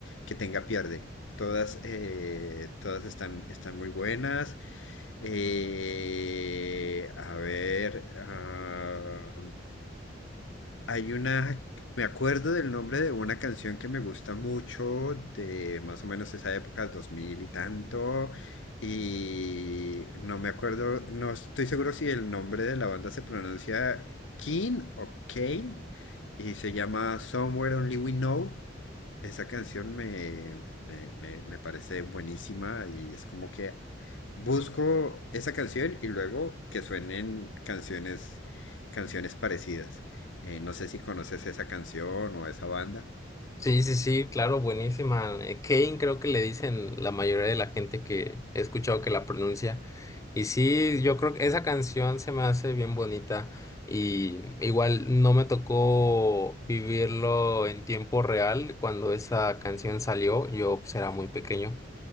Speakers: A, on the left; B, on the left.
A: que tenga pierde. Todas, eh, todas están, están muy buenas. Eh, a ver, ah, hay una, me acuerdo del nombre de una canción que me gusta mucho, de más o menos esa época, 2000 y tanto, y no me acuerdo, no estoy seguro si el nombre de la banda se pronuncia Keen o Kane, y se llama Somewhere Only We Know. Esa canción me, me, me- me parece buenísima y es como que busco esa canción y luego que suenen canciones, canciones parecidas. Eh, no sé si conoces esa canción o esa banda.
B: Sí, sí, sí, claro, buenísima. Eh, Kane creo que le dicen la mayoría de la gente que he escuchado que la pronuncia. Y sí, yo creo que esa canción se me hace bien bonita. Y igual no me tocó vivirlo en tiempo real cuando esa canción salió. Yo pues, era muy pequeño